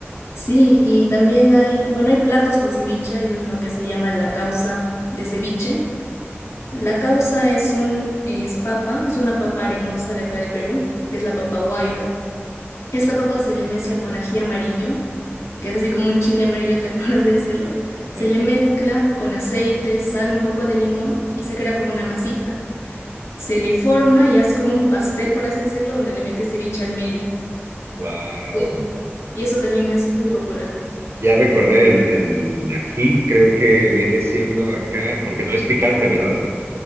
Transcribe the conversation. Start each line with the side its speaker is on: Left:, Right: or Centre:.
Left: Sí, y también hay, bueno, hay platos con ceviche, hay uno que se llama la causa de ceviche. La causa es un, es papa, es una papa arenosa de acá de Perú, que es la papa guairo. Esta papa se le mezcla con ají amarillo, que es así como un chile amarillo también, <laughs> por así decirlo. Se
Right: Ajá.
Left: le mezcla con aceite, sal, un poco de limón y se crea como una masita. Se le forma y es como un pastel, por así decirlo, donde le metes ceviche al medio.
Right: Wow.
Left: Queda. Y eso también es muy popular.
Right: Ya recordé, el, el ají creo que viene siendo acá, porque no es picante, ¿verdad?